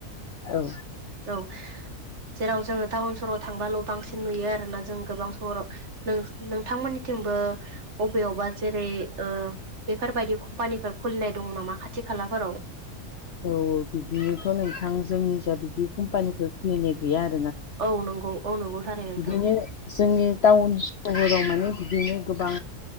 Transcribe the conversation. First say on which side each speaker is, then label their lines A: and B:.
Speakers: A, on the left; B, on the right.
A: औ
B: <inaudible> जेराव जोङो टाउन सहराव थांबाल' बांसिन नुयो आरोना जों गोबां सहराव नोंसां-नोंथांमोननिथिं बो अबेयावबा जेरै ओ बेफोर बायदि कम्पानिफोर खुलिनाय दङ' नामा खाथि खाला लाफोराव
A: औ औ बिदिनोथ' <inaudible> नोंथां जोंनि खिजा बिदि कम्पानिखौ खुलिनाय गैया आरो
B: औ नंगौ। औ नंगौ थारै नोंथां
A: बिदिनो जोंनि टाउन सहराव माने <inaudible> बिदिनो गोबां